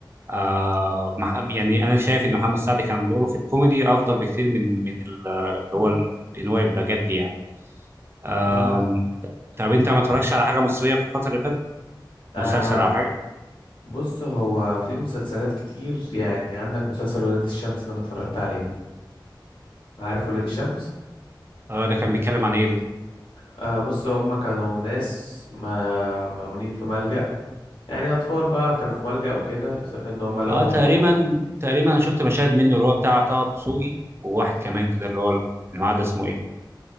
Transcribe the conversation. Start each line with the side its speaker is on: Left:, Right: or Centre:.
Right: آه ما ح- يعني انا شايف ان محمد سعد كان دوره في الكوميدي افضل بكتير من من ال- اللي هو ال- ان هو يبقى جد يعني آه
Left: لا
Right: طب انت ما اتفرجتش على حاجه مصريه في الفتره اللي فاتت
Left: آه
Right: مسلسل او حاجه
Left: بص هو في مسلسلات كتير يعني عندك مسلسل ولاد الشمس ده انا اتفرجت عليه عارف ولاد الشمس
Right: آه ده كان بيتكلم عن ايه ده
Left: آه بص هم كانوا ناس ما معمولين في ملجأ يعني اطفال بقى كانوا في ملجأ وكده صح ان هم لقوا
Right: اه تقريبا تقريبا انا شفت مشاهد منه اللي هو بتاع طه الدسوقي وواحد كمان كده اللي هو اللي معاه ده اسمه ايه